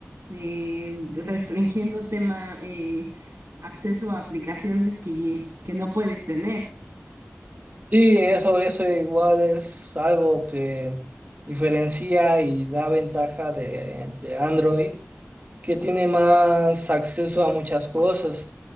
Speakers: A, on the right; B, on the right.
A: eh, restringiendo tema eh, acceso a aplicaciones que, que no puedes tener.
B: Sí, eso, eso igual es algo que diferencia y da ventaja de, de Android que tiene más acceso a muchas cosas.